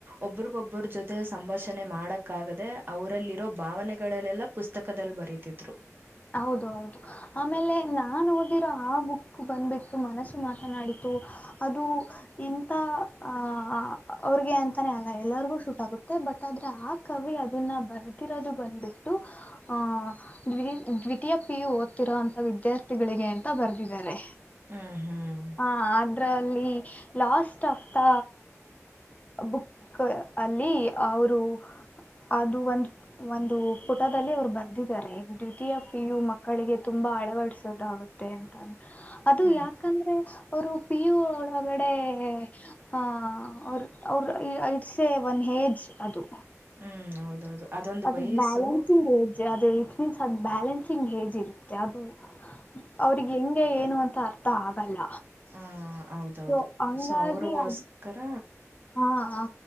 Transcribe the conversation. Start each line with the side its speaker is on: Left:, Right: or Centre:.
Right: ಒಬ್ಬ್ರಗೊಬ್ರ ಜೊತೆ ಸಂಭಾಷಣೆ ಮಾಡಕ್ ಕ್ಕಾಗದೆ ಅವರಲ್ಲಿರೋ ಭಾವನೆಗಳಲ್ಲೆಲ್ಲಾ ಪುಸ್ತಕದಲ್ಲಿ ಬರತಿದ್ರು
Left: ಹೌದು ಹೌದು ಆಮೇಲೆ ನಾ ನಾನು ಓದಿರೋ ಆ ಬುಕ್ ಬಂದ್ಬಿಟ್ಟು ಮನಸ್ಸು ಮಾತನಾಡಿತು ಅದು ಇಂತ ಆ ಅವ್ರಿಗೆ ಅಂತಾನೆ ಅಲ್ಲ ಎಲ್ಲರಿಗೂ ಶೂಟ್ ಆಗುತ್ತೆ ಬಟ್ ಆದ್ರೆ ಆ ಕವಿ ಅದನ್ನ ಬರ್ತಿರೋದು ಬಂದ್ಬಿಟ್ಟು ಆಹ್ ದ್ ದ್ವಿತೀಯ ಪಿ ಯು ಓದ್ತಿರೋಂತ ವಿದ್ಯಾರ್ಥಿಗಳಿಗೆ ಅಂತ ಬರ್ದಿದ್ದಾರೆ
Right: ಹ್ಮ್ ಹ್ಮ್
Left: ಹಾ ಅ ಲ್ಲಿ ಲಾಸ್ಟ್ ಆಫ್ ದ ಬುಕ್ ಅಲ್ಲಿ ಅವರು ಅದು ಒಂದು ಒಂದು ಪುಟದಲ್ಲಿ ಅವ್ರು ಬರ್ದಿದ್ದಾರೆ ಪಿಯು ಮಕ್ಕಳಿಗೆ ತುಂಬಾ ಅಳವಡಿಸುದಾಗುತ್ತೆ ಅಂತ ಅದು
Right: ಹ್ಮ್
Left: ಯಾಕೆ ಯಾಕಂದ್ರೆ ಅವರು ಪಿಯು ಒಳಗಡೆ ಹ ಅವ್ರ ಅವ್ರ ಐಡ್ಸೆ ಒನ್ ಹೇಜ್ ಅದು
Right: ಹ್ಮ್ ಹೌದೌದು ಅದೊಂದು
Left: ಅದು
Right: ವಯಸ್ಸು
Left: ಬ್ಯಾಲೆನ್ಸಿಂಗ್ ಏಜ್ ಅದು ಇಟ್ ಮೀನ್ಸ್ ಅದು ಬ್ಯಾಲೆನ್ಸಿಂಗ್ ಏಜ್ ಇರುತ್ತೆ ಅದು ಅವ್ರಿಗೆ ಹೆಂಗೆ ಏನು ಅಂತ ಅರ್ಥ ಆಗಲ್ಲ
Right: ಹ ಹೌದೌದು
Left: ಸೊ ಹಂಗಾಗಿ
Right: ಸೊ ಅವ್ರಗೋಸ್ಕರ
Left: ಅದು ಹಾ ಹ